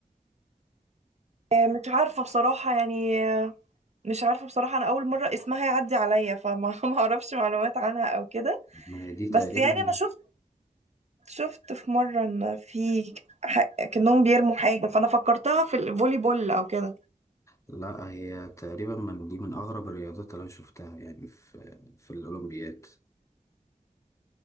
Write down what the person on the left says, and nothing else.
ما هي دي
تقريبا
لا هي تقريبا من دي من أغرب الرياضات اللي أنا شفتها يعني في في الأولمبياد